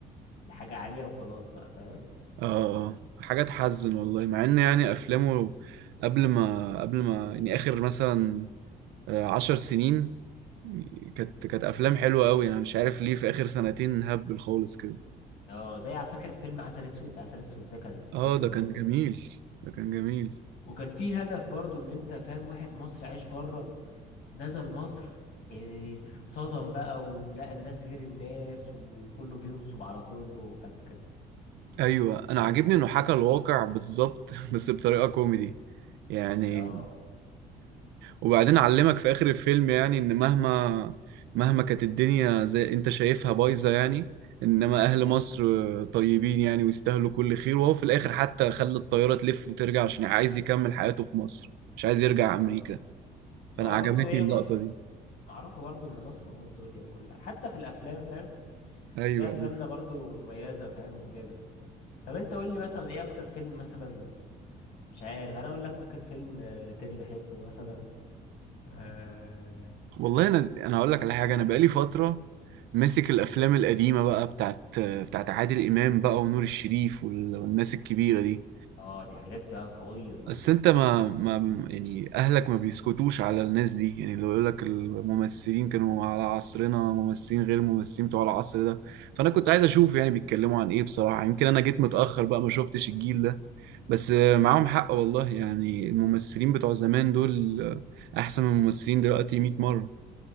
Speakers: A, on the left; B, on the right.
A: لحاجة عالية وخلاص بقى فاهم
B: اه آه. حاجه تحزن والله مع ان يعني افلامه قبل ما قبل ما يعني اخر مثلا آه، عشر سنين كانت كانت افلام حلوه قوي انا مش عارف ليه في اخر سنتين هبل خالص كده
A: اه زي على فكرة فيلم عسل اسود عسل اسود ده كان فيلم
B: اه ده
A: برضه
B: كان جميل ده كان جميل
A: وكان فيه هدف برضه ان انت فاهم واحد مصري عايش بره نزل مصر إيه، اتصدم بقى وملاقى الناس غير الناس وكله بينصب على كله كانت كانت
B: ايوه انا
A: كانت-
B: عاجبني انه حكى الواقع بالظبط <laughs> بس بطريقه كوميدي يعني
A: اه
B: وبعدين علمك في آخر الفيلم يعني إن مهما مهما كانت الدنيا زي أنت شايفها بايظة يعني إنما أهل مصر طيبين يعني ويستاهلوا كل خير وهو في الآخر حتى خلى الطيارة تلف وترجع عشان عايز يكمل حياته في مصر مش عايز يرجع
A: اه
B: أمريكا
A: هو
B: فأنا
A: برضه
B: عجبتني
A: هي
B: اللقطة
A: مصر
B: دي
A: معروفة برضه ان مصر ام الدنيا وكلها حتى في الافلام فاهم
B: أيوه
A: في افلامنا
B: أيوه
A: برضه مميزة فاهم وكده طب انت قول لي مثلا ايه اكتر فيلم مثلا مش عارف انا اقول لك ممكن فيلم آه، تاني بحبه مثلا اه
B: والله أنا أنا هقول لك على حاجة أنا بقالي فترة ماسك الأفلام القديمة بقى بتاعت بتاعت عادل إمام بقى ونور الشريف وال- والناس الكبيرة دي
A: آه، دي حاجات بقى قوية دي
B: بس انت ما ما يعني اهلك ما بيسكتوش على الناس دي يعني لو يقول لك الممثلين كانوا على عصرنا ممثلين غير الممثلين بتوع العصر ده فانا كنت عايز اشوف يعني بيتكلموا عن ايه بصراحة يمكن انا جيت متأخر بقى ما شفتش الجيل ده بس آه، معاهم حق والله يعني الممثلين بتوع زمان دول آه، احسن من الممثلين دلوقتي 100 مرة